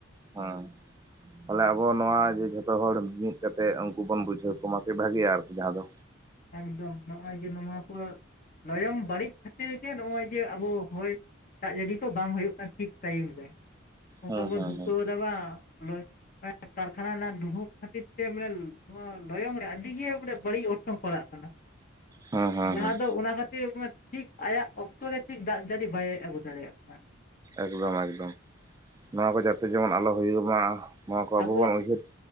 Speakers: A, on the right (about 15°); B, on the left (about 40°).
A: ᱦᱮᱸ ᱛᱟᱦᱚᱞᱮ ᱟᱵᱚ ᱱᱚᱣᱟ ᱡᱮ ᱡᱚᱛ ᱡᱚᱛᱚ ᱦᱚᱲ ᱢᱤᱫ ᱠᱟᱛᱮᱫ ᱩᱱᱠᱩ ᱵᱚᱱ ᱵᱩᱡᱷᱟᱹᱣ ᱠᱚᱢᱟ ᱠᱤ ᱵᱷᱟᱜᱤᱭᱟ ᱟᱨᱠᱤ ᱡᱟᱦᱟᱸ ᱫᱚ
B: ᱮᱠᱫᱚᱢ ᱱᱚᱜᱼᱚᱭ ᱡᱮ ᱱᱚᱣᱟ ᱠᱚ ᱞᱟᱭᱚᱝ ᱵᱟᱹᱲᱤᱡ ᱠᱷᱟᱹᱛᱤᱨ ᱜᱮ ᱱᱚᱜᱼᱚᱭ ᱡᱮ ᱟᱵᱚ ᱦᱚᱭ ᱫᱟᱜ ᱡᱟᱹᱲᱤ ᱠᱚ ᱵᱟᱝ ᱦᱩᱭᱩᱜ ᱠᱟᱱᱟ ᱴᱷᱤᱠ ᱴᱟᱭᱤᱢ ᱨᱮ ᱚᱠᱟ
A: ᱦᱮᱸ
B: ᱵᱚᱱ
A: ᱦᱮᱸ
B: ᱫᱷᱩᱛᱟᱹᱣᱮᱫᱟ
A: ᱦᱮᱸ
B: ᱵᱟ ᱞᱚᱡ ᱠᱟᱨᱠᱷᱟᱱᱟ ᱨᱮᱱᱟᱜ ᱫᱷᱩᱣᱟᱹ ᱠᱷᱟᱹᱛᱤᱨ ᱛᱮ ᱢᱟᱱᱮ ᱱᱚᱣᱟ ᱞᱚᱭᱚᱝ ᱨᱮ ᱟᱹᱰᱤ ᱜᱮ ᱢᱟᱱᱮ ᱵᱟᱹᱲᱤᱡ ᱚᱨ ᱠᱚ ᱯᱟᱲᱟᱜ ᱠᱟᱱᱟ
A: ᱦᱮᱸ ᱦᱮᱸ
B: ᱡᱟᱦᱟᱸ
A: ᱦᱮᱸ
B: ᱫᱚ ᱚᱱᱟ ᱠᱷᱟᱹᱛᱤᱨ ᱴᱷᱤᱠ ᱟᱭᱟᱜ ᱚᱠᱛᱚᱨᱮ ᱴᱷᱤᱠ ᱫᱟᱜ ᱡᱟᱹᱲᱤ ᱵᱟᱭ ᱟᱹᱜᱩ ᱫᱟᱲᱮᱭᱟᱜ ᱠᱟᱱᱟ
A: ᱮᱠᱫᱚᱢ ᱮᱠᱫᱚᱢ ᱱᱚᱣᱟ ᱠᱚ ᱡᱟᱛᱮ ᱡᱮᱢᱚᱱ ᱟᱞᱚ ᱦᱩᱭᱩᱜ ᱢᱟ ᱱᱚᱣᱟ ᱠᱚ
B: ᱛᱟᱯᱚᱨ
A: ᱟᱵᱚ ᱵᱚᱱ ᱩᱭᱦᱟᱹᱨ